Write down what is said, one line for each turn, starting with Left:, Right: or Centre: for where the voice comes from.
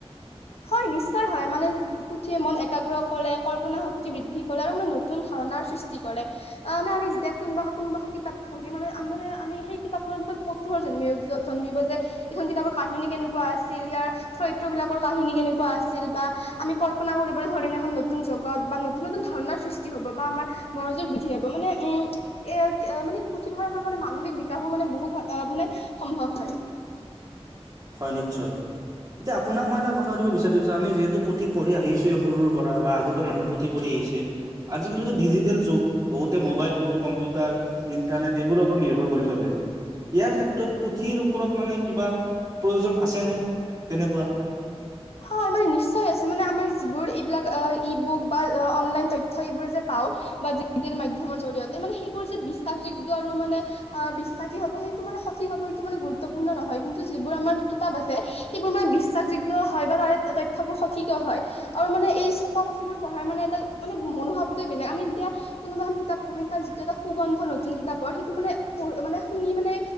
Left: হয় নিশ্চয় হয়। মানে পুথিয়ে মন একাগ্ৰ কৰে, কল্পনা শক্তি বৃদ্ধি কৰে আৰু মানে নতুন ধাৰণাৰ সৃষ্টি কৰে। অ', মানে আমি যেতিয়া কোনোবা কোনবাখন কিতাপ পঢ়ি মানে মানে আমি সেই কিতাপখনৰ বিষয়ে ক'ত কৌতুহল জন্মিব জন্মিব যে এইখন কিতাপৰ কাহিনী কেনেকুৱা আছিল ইয়াৰ চৰিত্ৰ বিলাকৰ কাহিনী কেনেকুৱা আছিল বা আমি কল্পনা কৰিবলৈ ধৰিম এখন নতুন জগত বা নতুন-নতুন ধাৰণাৰ সৃষ্টি হ'ব। বা আমাৰ মগজুৰ বৃদ্ধি হ'ব। মানে উম এ, এ, মানে পুথি পঢ়াৰ পৰা মানে মানসিক বিকাশো মানে বহুত মানে সম্ভৱ হয়।
Right: হয় নিশ্চয়। এতিয়া আপোনাক মই এটা কথা শুধিব বিচাৰিছো যে আমি যিহেতু পুথি পঢ়ি আহিছো সৰুৰ পৰা। বা আগতে মানুহে পুথি পঢ়ি আহিছে আজিকালিতো ডিজিটেল যুগ, বহুতে মোবাইল ফোন কম্পিউটাৰ ইণ্টাৰনেট এইবোৰৰ ওপৰত নিৰ্ভৰ কৰি চলে ইয়াৰ ক্ষেত্ৰত পুথিৰ ওপৰত মানে কিবা প্ৰয়োজন আছে নে তেনেকুৱা?
Left: হয়। মানে নিশ্চয় আছে, মানে আমাৰ যিবোৰ এইবিলাক ই বুক বা অনলাইন তথ্য এইবোৰ যে পাওঁ বা ডিজিটেল মাধ্যমৰ জৰিয়তে মানে সেইবোৰ যে বিশ্বাসযোগ্য আৰু মানে আ, বিশ্বাসী হ'ব সেইটো মানে সঠিক হ'ব সেইটো মানে গুৰুত্বপূৰ্ণ নহয়। কিন্তু যিবোৰ আমাৰ কিতাপ আছে সেইবোৰ মানে বিশ্বাসযোগ্য হয় বা তাৰে তথ্যবোৰ সঁঠিকো হয়। আৰু মানে এই চপা পুথিবোৰ পঢ়াৰ মানে এটা মানে মনোভাৱটোৱে বেলেগ, আমি যেতিয়া কোনোবা এখন কিতাপ পঢ়িম তাৰ যিটো এটা সুগন্ধ নতুন কিতাপৰ সেইটো মানে পঢ় মানে শুঙি মানে